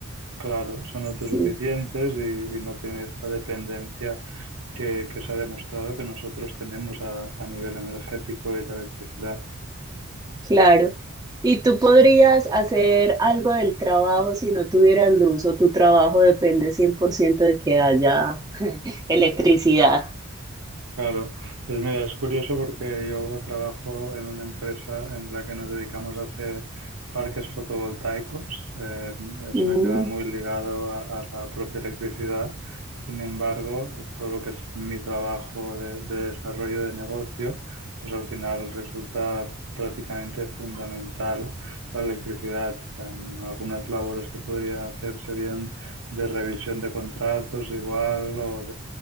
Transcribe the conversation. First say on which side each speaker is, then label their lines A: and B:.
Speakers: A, on the right (about 75°); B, on the right (about 15°).
A: Claro, son autosuficientes
B: sí.
A: y, y no tienen esta dependencia que, que se ha demostrado que nosotros tenemos a, a nivel energético y de electricidad.
B: Claro. ¿Y tú podrías hacer algo del trabajo si no tuvieras luz o tu trabajo depende 100% de que haya <laughs> electricidad?
A: Claro, pues mira, es curioso porque yo trabajo en una empresa en la que nos dedicamos a hacer parques fotovoltaicos, eh, o
B: Mm,
A: sea, que va muy ligado a, a la propia electricidad. Sin embargo, todo lo que es mi trabajo de, de desarrollo de negocio, pues al final resulta prácticamente fundamental la electricidad. En algunas labores que podría hacer serían de revisión de contratos igual o